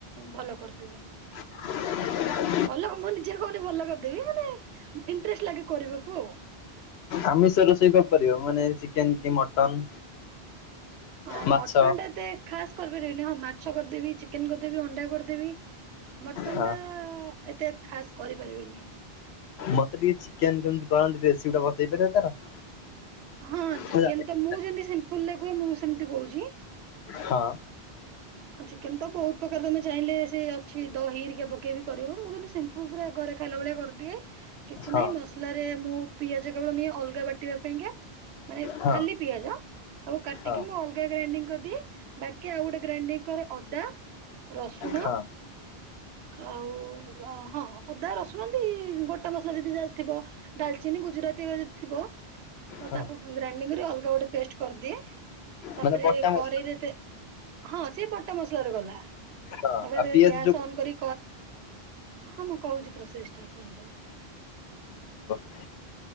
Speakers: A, on the right; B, on the left.
A: ଭଲ କରିଦେବି।
B: <inaudible>
A: ଭଲ ମୁଁ ନିଜେ କହୁନି ଭଲ କରିଦେବି ମାନେ ଇଣ୍ଟରେଷ୍ଟ ଲାଗେ କରିବାକୁ ଆଉ।
B: ଆମିଷ ରୋଷେଇ କଣ ପାରିବ ମାନେ ଚିକେନ କି ମଟନ?
A: ହଁ
B: ମାଛ?
A: ମଟନ୍ ଟା ଏତେ ଖାସ୍ କରିପାରିବନି ହଁ ମାଛ କରିଦେବି ଚିକେନ କରିଦେବି ଅଣ୍ଡା କରିଦେବି। ମଟନ
B: ହଁ
A: ଟା ଏତେ ଖାସ୍ କରି ପାରିବିନି।
B: ମତେ ଟିକେ ଚିକେନ କେମିତି କରନ୍ତି ରେସିପି ଟା ବତେଇ ପାରିବ ତାର।
A: ହଁ ଚିକେନ
B: ମୁଁ ଜାଣିନି।
A: ତ ମୁଁ ଯେମିତି ସିମ୍ପଲ ରେ କୁହେ ମୁଁ ସେମତି କହୁଛି।
B: ହଁ!
A: ହଁ ଚିକେନ ତ ବହୁତ ପ୍ରକାର ତମେ ଚାହିଁଲେ ସେ ଅଛି ଦହି ହେରିକା ପକେଇ ବି କରିବ ହେବ ମୁଁ କିନ୍ତୁ ସିମ୍ପୁଲ ପୁରା ଘରେ ଖାଇଲା ଭଳିଆ କରିଦିଏ। କିଛି
B: ହଁ
A: ନାହିଁ ମସ ମସଲାରେ ମୁଁ ପିଆଜ କେବଳ ନିଏ ଅଲଗା ବାଟିବା ପାଇଁକା। ମାନେ
B: ହଁ
A: ଖାଲି ପିଆଜ ଆଉ କାଟିକି
B: ହଁ
A: ମୁଁ ଅଲଗା ଗ୍ରାଇଣ୍ଡିଙ୍ଗ କରିଦିଏ ବାକି ଆଉ ଗୋଟେ ଗ୍ରାଇଣ୍ଡିଙ୍ଗ ରେ ଅଦା, ରସୁଣ
B: ହଁ
A: ଆଉ ହଁ ଅଦା ରସୁଣ ଏନ୍ତି ଗୋଟା ମସଲା ଯଦି ଯାହର ଥିବ। ଡାଲଚିନି ଗୁଜୁରାତିରେ ଯଦି ଥିବ ତ
B: ହଁ
A: ତାକୁ ଗ୍ରାଇଣ୍ଡିଙ୍ଗ ରେ ଅଲଗା ଗୋଟେ ପେଷ୍ଟ କରିଦିଏ ତାପରେ
B: ମାନେ ବଟା ମସଲା
A: କରେଇରେ ତେ ହଁ ସେ ବଟା ମସଲାରେ ଗଲା।
B: ହଁ
A: ତାପରେ
B: ଆଉ ପିଆଜ
A: ଗ୍ୟାସ
B: ଯୋଉ
A: ଅନ୍ କରି ହଁ ମୁଁ କହୁଛି ପ୍ରୋସେସ ଟା ସୁନ ତ?
B: ହ <unintelligible>